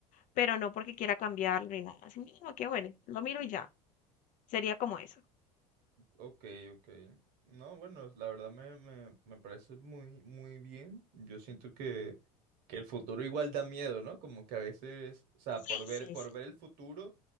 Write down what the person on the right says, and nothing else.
Ok, ok. No, bueno, la verdad me, me, me parece muy, muy bien. Yo siento que, que el futuro igual da miedo, ¿no? Como que a veces, o sea,
por ver,
por
ver el futuro